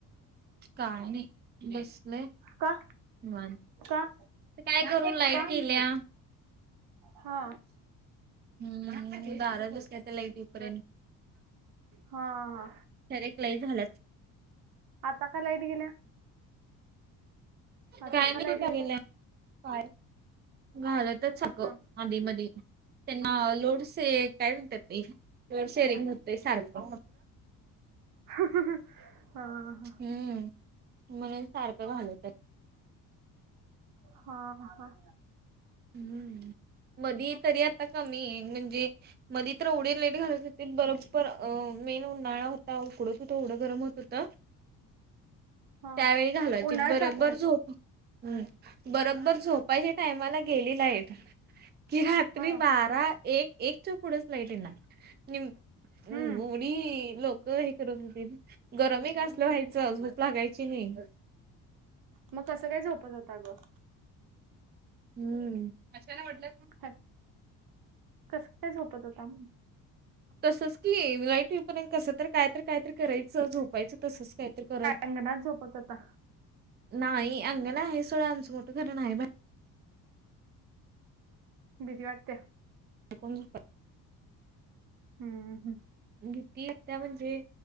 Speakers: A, on the right; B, on the right.
A: काय नाही बसलं
B: का
A: ह
B: का
A: काय करून लायतीलल्या
B: का हा
A: बाराचुसल्या्या लाईटीपर
B: हा हा
A: रेक नाही झालंत
B: आता काय लाईट गेल्या आता
A: काय मी
B: का लाईट गेल्या
A: करल काय घालतच सक
B: हा
A: आधी मधी त्यांना लोड काय म्हणतात लोड शेरिंग होत सारखं
B: हा
A: हम्म म्हणून सारखं घलं तर
B: हा ह
A: हम्म मधी तरी आता कमी आहे म्हणजे मध्ये तर एवढी लेट घालत होती बरोबर अ मेन उन्हाळा होता उकडत होता एवढं गरम होत होत
B: हा
A: त्यावेळी घालवती
B: उन्हाळ्यात
A: बरोबर
B: जाते
A: झोप हम् बरोबबर झोपायच्या टायमाला गेली लाईट कि रात्री
B: हा
A: बारा एक एकच्या पुढेच लाईट येणार मी
B: हम्म
A: लोक हे करत होतील गरम काासलं व्हायचं अजप लागायची नाही
B: मग कसं काय झोपत जातं अ गं
A: हम्म मशालाटलं त
B: ह कस काय सोपत होता
A: तसंच कि लाईट होईपर्यंत कस तर कायत कायतरी करायचं झोपायचं तसच काय
B: अंगणात झोपत होता
A: नाही अंगण आहे स आमच मोठ घरण आहे
B: भिती वाटत्या.
A: ण झ <unintelligible>
B: हम्म हम
A: भीती त्या म्हणजे